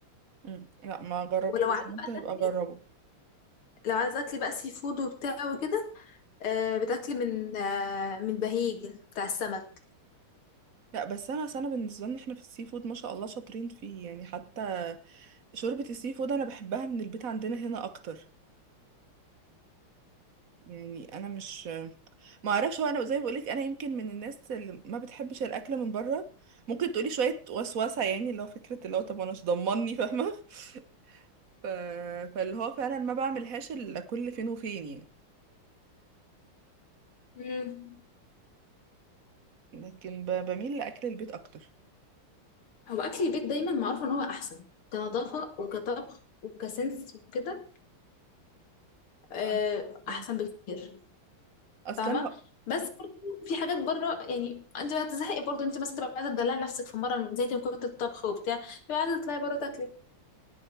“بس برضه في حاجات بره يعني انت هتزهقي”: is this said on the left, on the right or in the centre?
Left